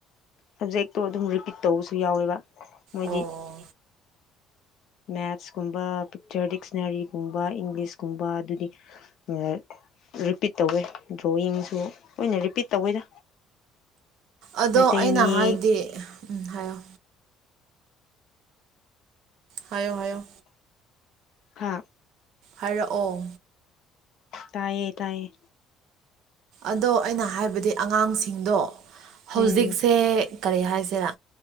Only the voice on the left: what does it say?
ꯁꯞꯖꯦꯛꯇꯣ ꯑꯗꯨꯝ ꯔꯤꯄꯤꯠ ꯇꯧꯕꯁꯨ ꯌꯥꯎꯋꯦꯕ ꯃꯣꯏꯗꯤ
ꯃꯦꯠꯁꯀꯨꯝꯕ ꯄꯤꯛꯆꯔ ꯗꯤꯛꯁꯅꯔꯤꯒꯨꯝꯕ ꯏꯪꯂꯤꯁꯀꯨꯝꯕ ꯑꯗꯨꯗꯤ ꯑ ꯔꯤꯄꯤꯠ ꯇꯧꯋꯦ ꯗ꯭ꯔꯣꯋꯤꯡꯁꯨ ꯂꯣꯏꯅ ꯔꯤꯄꯤꯠ ꯇꯧꯋꯦꯗ
ꯃꯩꯇꯩ
ꯃꯌꯦꯛ
ꯍꯥ
ꯇꯥꯏꯌꯦ ꯇꯥꯏꯌꯦ
ꯎꯝ